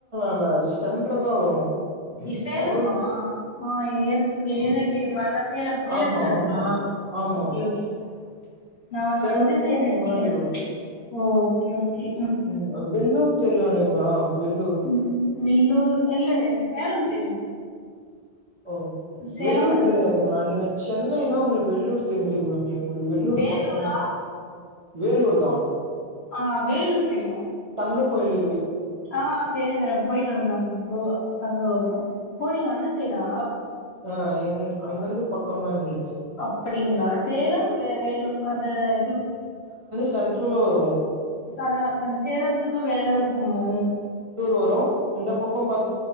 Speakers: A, on the right; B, on the left.
A: இல்ல சென்ட்ரதா வரு
B: நீ சேலம்மா
A: அவ்ளோ
B: ஆ ஏர் ஏலகிரிமலல சேலம் சேலத்துல
A: ஆமா
B: இருக்கா
A: ஆமா ஆமா
B: ஓகே ஓகே நா வந்து
A: சேலமுக்கு
B: அந்த சைடு நெனச்சிக்கிறே
A: முன்னாடி வரு
B: ஓ ஓக்கே ஓக்கே
A: உம் வெல்லூர் தெரியு இல்லைங்களா வெல்லூர்
B: ம் வில்லூர் இல்ல எனக்கு சேலம் தெரியு
A: ஓ
B: சேலம்
A: வெள்ளூர்
B: மட்டுந்தா
A: தெரியாதுங்களா
B: தெரியு
A: நீங்க சென்னைன்னா உங்களுக்கு வெள்ளூர் தெரிஞ்சுருக்கணுமே உங்களுக்கு வெள்ளூர்
B: வேலூரா
A: பக்கமு வேலூர் தா
B: ஆஹ் வேலூர் தெரியு
A: அங்க கோயிலு
B: ஆஹ் தெரியு தெரியு போயிட்டு வந்தோ <unintelligible> தங்க கோபுர ஓ நீங்க அந்த சைடா
A: அ எங்க அங்கிருந்து பக்கந்தா எங்களுக்
B: அப்படிங்களா சேலம் வே வேலு அந்த இது
A: சென்ட்ர்ல வருவோ
B: சா அந்த சேலத்துக்கு வேலூருக்குமா
A: வரு இந்த பக்க பாத்து